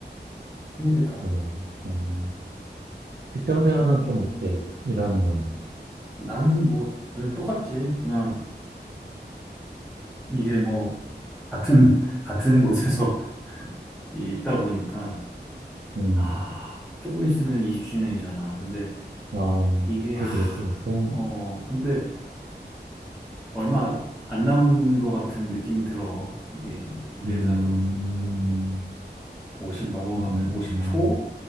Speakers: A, in the centre; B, on the right.
A: 큰일이다.
B: 그러더니 음, 직장 생활은 좀 어때? 일하는 거는.
A: 난 뭐 늘 똑같지. 그냥 이게 뭐 같은 같은 곳에서 <laughs> 있다 보니까
B: 음,
A: 아 조금 있으면 20주년이잖아. 근데
B: 아,
A: 이게
B: 그렇게
A: 하,
B: 됐었어?
A: 어 근데 얼마 안 남은 것 같은 느낌이 들어. 이게 우리
B: 음,
A: 회사도 50 넘어가면
B: 음,
A: 50초
B: 음.